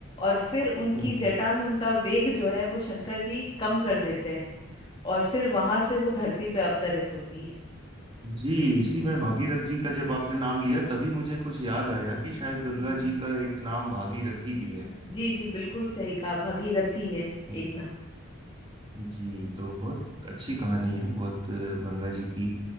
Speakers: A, on the left; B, on the right.
A: और फिर उनकी
B: हम्म,
A: जटा में उनका वेग जो है वो शंकर जी कम कर देते हैं और फिर वहां से वो धरती पे अवतरित होती हैं
B: जी इसी में भागीरथ जी का जब आपने नाम लिया तभी मुझे कुछ याद आया कि शायद गंगा
A: जी जी
B: जी का एक नाम भागीरथी भी है
A: जी जी बिल्कुल सही कहा भगीरथी है
B: हम्म।
A: एक नाम
B: जी तो बहुत अच्छी कहानी है बहुत अ, गंगा जी की